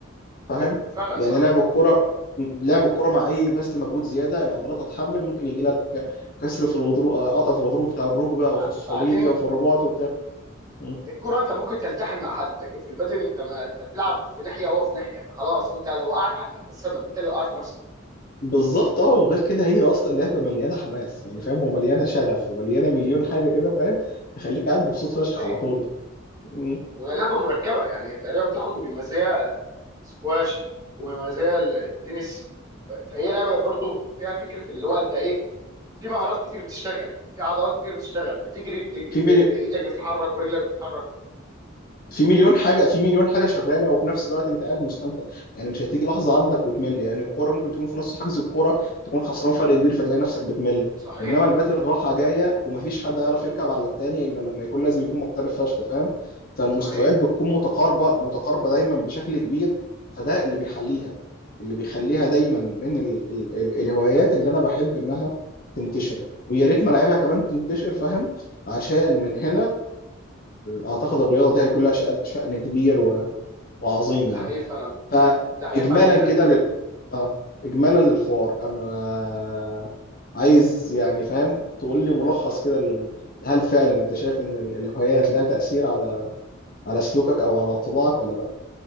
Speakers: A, on the left; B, on the right.
A: فاهم
B: إيه، فعلا
A: يعني
B: صح
A: لعب الكرة لعب الكرة مع اي بذل مجهود زياده العضلات هتحمل ممكن يجي لك كسر في الغضروف آه، قطع في الغضروف بتاع الركبه او
B: بع-
A: في الصليبي
B: بعدين
A: او في الرباط وبتاع م.
B: الكرة انت ممكن تلتحم مع حد لكن في البادل انت ما انت بتلعب في ناحية وهو في ناحية فخلاص انت لو وقعت حتى انت السبب انت اللي وقعت نفسك
A: بالظبط اه وغير كده هي اصلا لعبه مليانه حماس يعني فاهم ومليانه شغف ومليانه مليون حاجه كده فاهم تخليك قاعد مبسوط فشخ
B: صحيح
A: على طول م.
B: وهي لعبة مركبة يعني هي تقريبا بتاخد من مزايا سكواش ومن مزايا التنس ف- فهي لعبة برضو فيها فكرة اللي هو انت ايه في مهارات كتير بتشتغل في عضلات كتير بتشتغل بتجري بتجري
A: في
B: ب-
A: مليون
B: بايدك بتتحرك ورجلك بتتحرك
A: في مليون حاجه في مليون حاجه شغاله وفي نفس الوقت انت قاعد مستمتع يعني مش هتيجي لحظه عندك وتمل يعني الكوره ممكن تكون في نص حجز الكوره تكون خسران فرق كبير فتلاقي نفسك بتمل
B: صحيح
A: انما الباتل
B: اه
A: راحه جايه ومفيش حد يعرف يركب على التاني الا لما يكون لازم يكون محترف فشخ فاهم فالمستويات
B: صحيح
A: بتكون متقاربه متقاربه دايما بشكل كبير فده اللي بيحليها اللي بيخليها دايما من ال ال ال الهوايات اللي انا بحب انها تنتشر ويا ريت ملاعبها كمان تنتشر فاهم عشان من هنا اعتقد الرياضه دي هيكون لها شأن شأن كبير و... وعظيم
B: ده
A: يعني
B: حقيقي فعلا
A: فاجمالا
B: ده حقيقي فعلا
A: كده لل... اه اجمالا للحوار انا عايز يعني فاهم تقول لي ملخص كده ال... هل فعلا انت شايف ان ال- الهوايات لها تأثير على على سلوكك او على طباعك ولا لا